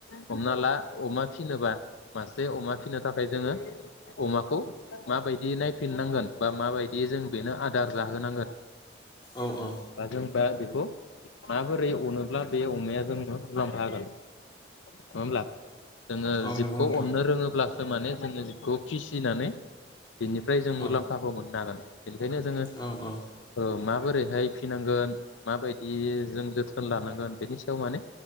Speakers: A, on the left; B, on the left.
A: हमना ला अमा फिनोबा मासे अमा फिनो था खाय जोंङो अमाखौ माबायदि नायफिननांगोन बा माबायदि जों बेनो आदार जाहोनांगोन
B: औ औ
A: जों बा बेखौ माबोरै अनोब्ला बे अमाया जोंनो मुलाम्फा होगोन नङा होमब्ला जोंङो
B: औ
A: जिबखौ
B: नंगौ नोंथां
A: अननो रोङोब्ला सो माने जोंङो जिखौ फिसिनानै बेनिफ्राय जों मुलाम्फाखौ
B: औ
A: मोननो हागोन बेनिखायनो जोंङो
B: औ औ
A: ओ मा माबोरैहाय फिनांगोन माबायदि जों जोथोन लानांगोन बेनि सायाव माने